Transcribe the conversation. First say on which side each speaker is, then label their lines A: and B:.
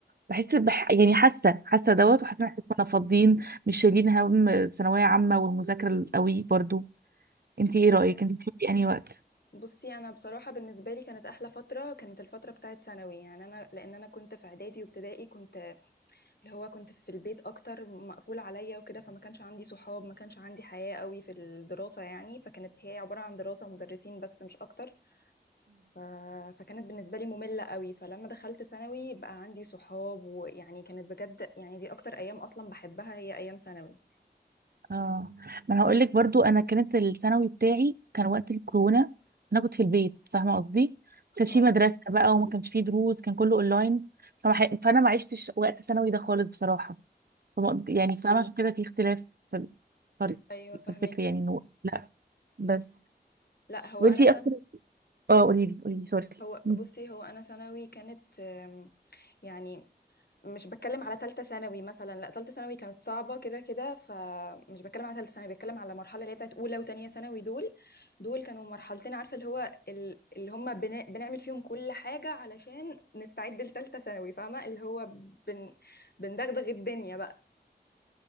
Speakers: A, on the right (about 65°); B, on the left (about 70°).
A: بحس بح... يعني حاسه حاسه دوت وحاسه ان احنا كنا فاضيين مش شايلين هم ثانويه عامه والمذاكره القوي برضو انتي ايه
B: م.
A: رايك انتي بتحبي انهي وقت
B: بصي انا بصراحه بالنسبه لي كانت احلى فتره كانت الفتره بتاعت ثانوي يعني انا لان انا كنت في اعدادي وابتدائي كنت اللي هو كنت في البيت اكتر مقفول عليا وكده فما كانش عندي صحاب ما كانش عندي حياه قوي في الدراسه يعني فكانت هي عباره عن دراسه ومدرسين بس مش اكتر ف... فكانت بالنسبه لي ممله قوي فلما دخلت ثانوي بقى عندي صحاب ويعني كانت بجد يعني دي اكتر ايام اصلا بحبها هي ايام ثانوي
A: اه ما انا هقول لك برضو انا كانت الثانوي بتاعي كان وقت الكورونا انا كنت في البيت فاهمه قصدي ما كانش
B: اه
A: في مدرسه بقى وما كانش في دروس كان كله اونلاين فما ح... فانا ما عشتش وقت ثانوي ده خالص بصراحه فما... يعني فاهمه عشان كده في اختلاف في الطريق
B: ايوه فهماكي
A: في الفكر يعني انه لا بس
B: لا هو
A: وانتي
B: انا سنه
A: اكتر اه قولي لي قولي لي سوري
B: هو
A: مم.
B: بصي هو انا ثانوي كانت آم، يعني مش بتكلم على ثالثه ثانوي مثلا لا ثالثه ثانوي كانت صعبه كده كده فمش بتكلم على ثالثه ثانوي بتكلم على المرحله اللي هي بتاعت اولى وثانيه ثانوي دول دول كانوا مرحلتين عارفه اللي هو ال- اللي هم بنا بنعمل فيهم كل حاجه علشان نستعد لثالثه ثانوي فاهمه اللي هو بن بندغدغ الدنيا بقى